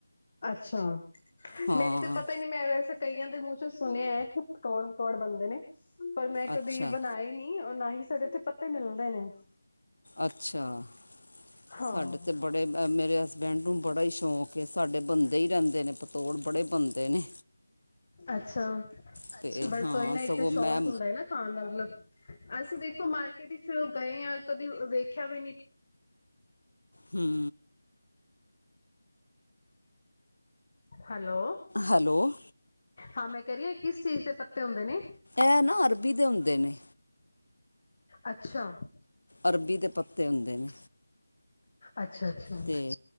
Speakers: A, on the left; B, on the left.
A: ਅੱਛਾ!
B: ਹਾਂ
A: ਮੈਨੂੰ ਤੇ ਪਤਾ ਨੀ ਮੈਂ ਵੈਸੇ ਕਈਆਂ ਦੇ ਮੂੰਹ 'ਚ ਸੁਣਿਆ ਹੈ ਕਿ ਪਤੌੜ -ਪਤੌੜ ਬਣਦੇ ਨੇ, ਪਰ ਮੈਂ ਕਦੀ
B: ਅੱਛਾ
A: ਬਣਾਏ ਨਹੀਂ, ਨਾ ਹੀ ਸਾਡੇ ਇੱਥੇ ਪੱਤੇ ਮਿਲਦੇ ਨੇ।
B: ਅੱਛਾ!
A: ਹਾਂ
B: ਸਾਡੇ ਤੇ ਬੜੇ ਮੇਰੇ ਹਸ ਬੈਂਡ ਨੂੰ ਬੜਾ ਹੀ ਸ਼ੌਂਕ ਹੈ ਸਾਡੇ ਬਣਦੇ ਹੀ ਰਹਿੰਦੇ ਨੇ ਪਤੋੜ, ਬੜੇ ਬਣਦੇ ਨੇ।
A: ਅੱਛਾ!
B: ਅਤੇ
A: ਬਸ
B: ਹਾਂ
A: ਉਹਈ ਨਾ
B: ਸਗੋਂ
A: ਇੱਕ ਤਾਂ ਸ਼ੌਂਕ
B: ਮੈਂ
A: ਹੁੰਦਾ ਹੈ ਨਾ ਖਾਣ ਦਾ ਮਤਲਬ ਅਸੀਂ ਦੇਖੋ ਮਾਰਕੀਟ ਵਿੱਚ ਗਏ ਹਾਂ, ਕਦੇ ਵੇਖਿਆ ਵੀ ਨੀ!
B: ਹੂੰ!
A: ਹੈਲੋ!
B: ਹੈਲੋ
A: ਹਾਂ! ਮੈਂ ਕਹਿ ਰਹੀ ਹਾਂ ਕਿਸ ਚੀਜ਼ ਦੇ ਪੱਤੇ ਹੁੰਦੇ ਨੇ?
B: ਇਹ ਨਾ ਅਰਬੀ ਦੇ ਹੁੰਦੇ ਨੇ।
A: ਅੱਛਾ!
B: ਅਰਬੀ ਦੇ ਪੱਤੇ ਹੁੰਦੇ ਨੇ।
A: ਅੱਛਾ- ਅੱਛਾ!
B: ਤੇ